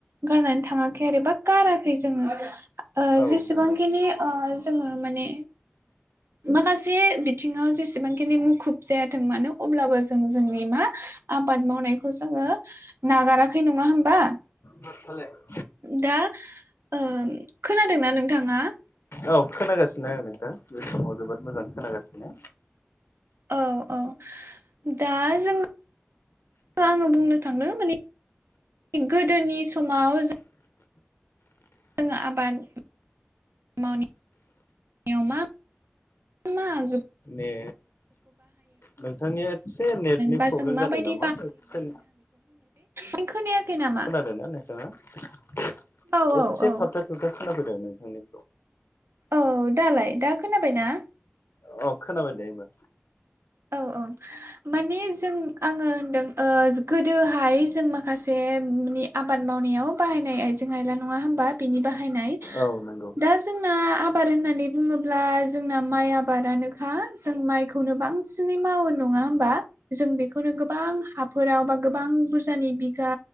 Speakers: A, on the right (about 75°); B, on the left (about 75°).
A: गारनानै थाङाखै आरो बा गाराखै जोङो
B: औ
A: जेसेबांखिनि
B: नंगौ
A: जों माने माखासे बिथिङाव जेसेबांखिनि मुखुब जायाथों मानो अब्लाबो जों जोंनि मा आबाद मावनायखौ जोङो नागाराखै नङा होमबा
B: मा फालाय
A: दा ओ खोनादोंना नोंथाङा
B: औ खोनागासिनो आं नोंथां बे समाव जोबोद मोजां खोनागासिनो
A: औ औ दा जोङो आङो बुंनो थांदों माने गोदोनि समाव जों जोङो आबाद मा मा आगजु
B: ए नोंथांनिया एसे नेटनि
A: बा
B: प्रब्लेम
A: जों माबायदि
B: जादों नामा एसे
A: बे खोनायाखै नामा
B: नोंथाङा एसे
A: औ औ औ
B: थाबथा थाबथा खोना फैदों नोंथांनि
A: औ दालाय दा खोनाबाय ना?
B: अ खोनाबाय दे एबार
A: औ औ माने जों आङो होनदों ओ गोदोहाय जों माखासे आबाद मावनायाव बाहायनाय आइजें आइला नङा होमबा बिनि बाहायनाय
B: औ नंगौ
A: दा जोंना आबाद होननानै बुङोब्ला जोंना माइ आबादानोखा जों माइखौनो बांसिनै मावो नङा होमबा जों बेखौनो गोबां हाफोराव बा गोबां बुरजानि बिगा